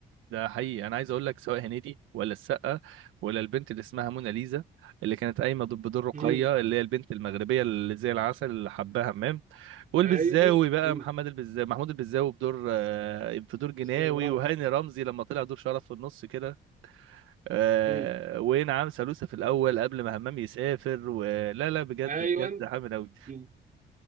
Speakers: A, on the right; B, on the right.
A: ده حقيقي انا عايز اقول لك سواء هنيدي ولا السقا ولا البنت اللي اسمها مناليزا اللي كانت قايمه ضد بدور رقيه
B: مم.
A: اللي هي البنت المغربيه اللي زي العسل اللي حباها همام والبزاوي
B: ايوه
A: بقى
B: مم.
A: محمد البزاوي محمود البزاوي بدور آه، في دور جناوي
B: اه
A: وهاني رمزي لما طلع دور شرف في النص كده آه
B: مم.
A: ونعم سالوسة في الاول قبل ما همام يسافر ولا لا بجد
B: ايوه
A: بجد حامل قوي
B: مم.